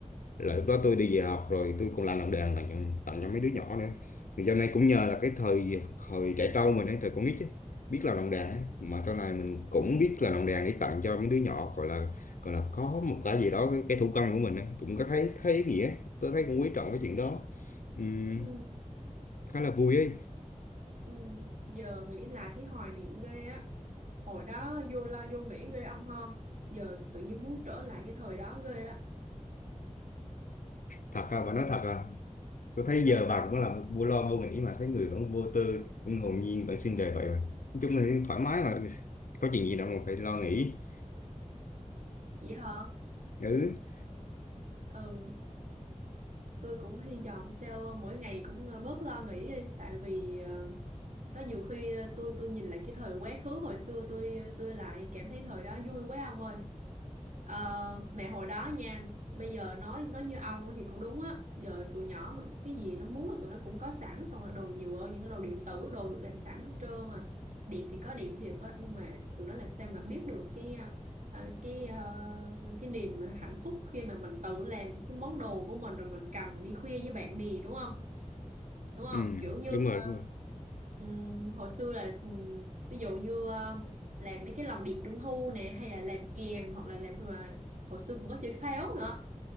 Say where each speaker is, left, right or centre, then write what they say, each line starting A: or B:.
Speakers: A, on the left; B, on the right.
A: là lúc đó tôi đi về học rồi tôi còn làm làm đề tặng cho, tặng cho mấy đứa nhỏ nữa thì sau này cũng nhờ là cái thời thời trẻ trâu mình ấy thời con nít ấy, biết làm đồng đàn ấy. mà sau này mình cũng biết làm đồng đàn để tặng cho mấy đứa nhỏ gọi là gọi là có một cái gì đó cái, cái thủ công của mình ấy. cũng có thấy thấy ý nghĩa tôi thấy cũng quý trọng cái chuyện đó Ừm,
B: ừ,
A: khá là vui ấy
B: ừ. giờ nghĩ lại thấy hoài niệm ghê á hồi đó vô lo vô nghĩ ghê ông ha giờ tự nhiên muốn trở lại cái thời đó ghê á
A: thật à,
B: ừ.
A: bà nói thật à tôi thấy
B: thật
A: giờ
B: á
A: bà cũng là một vô lo vô nghĩ mà thấy người vẫn vô tư vẫn hồn nhiên vẫn xinh đẹp vậy mà nói chung là thoải mái mà có chuyện gì đâu mà phải lo nghĩ
B: vậy hả
A: ừ
B: ừ tôi cũng hy vọng sao mỗi ngày cũng ờ, bớt lo nghĩ đi tại vì ờ, có nhiều khi ờ, tôi tôi nhìn lại cái thời quá khứ hồi xưa tôi ờ, tôi lại cảm thấy thời đó vui quá ông ơi Ờ, mẹ hồi đó nha bây giờ nói nói như ông thì cũng đúng á giờ tụi nhỏ mà cái gì nó muốn là tụi nó cũng có sẵn toàn là đồ nhựa những cái đồ điện tử đồ được làm sẵn hết trơn à điệp thì có điệp thiệt á nhưng mà tụi nó làm sao mà biết được cái ờ, cái ờ, cái niềm hạnh phúc khi mà mình tự làm cái món đồ của mình rồi mình cầm mình đi khuya với bạn bè đúng không đúng không
A: ừ
B: kiểu như
A: đúng
B: um,
A: rồi đúng rồi
B: ừm, hồi xưa là ừm, ví dụ như um, làm mấy cái lồng đèn trung thu nè hay là làm kèn hoặc là làm mà hồi xưa cũng có chơi pháo nữa